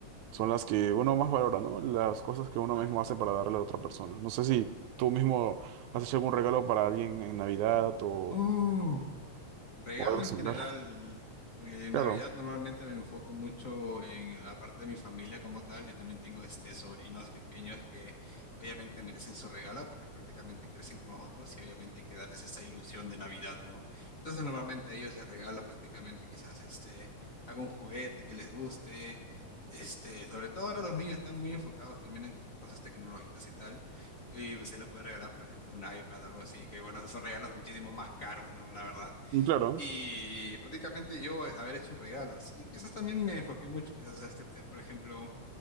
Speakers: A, on the right; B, on the left.
A: son las que uno más valora, ¿no? Las cosas que uno
B: Claro.
A: mismo hace para darle a la otra persona. No sé si tú mismo has hecho algún regalo para alguien en Navidad o,
B: ¡Oh! Regalo
A: o algo
B: en
A: similar.
B: general, eh, en
A: Claro,
B: Navidad normalmente me enfoco mucho en la parte de mi familia como tal y también tengo este sobrinos pequeños que obviamente merecen su regalo porque prácticamente crecen con nosotros y obviamente hay que darles esa ilusión de Navidad, ¿no? Entonces normalmente a ellos les regalo prácticamente quizás este algún juguete que les guste, este, sobre todo ahora los niños están muy enfocados también en cosas tecnológicas y tal. Y se le puede regalar, por ejemplo, un iPad, algo así, que bueno, esos son regalos muchísimo más caros, ¿no? La verdad.
A: y claro,
B: Y prácticamente yo eh, haber hecho regalos. Sí, quizás también me enfoqué mucho, quizás a hacer, por ejemplo,